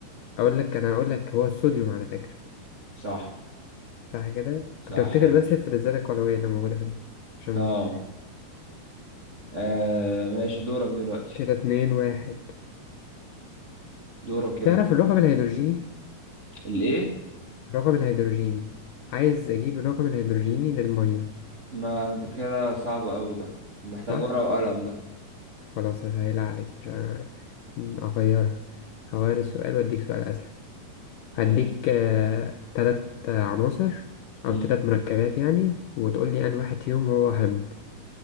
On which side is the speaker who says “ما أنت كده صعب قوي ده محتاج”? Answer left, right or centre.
Right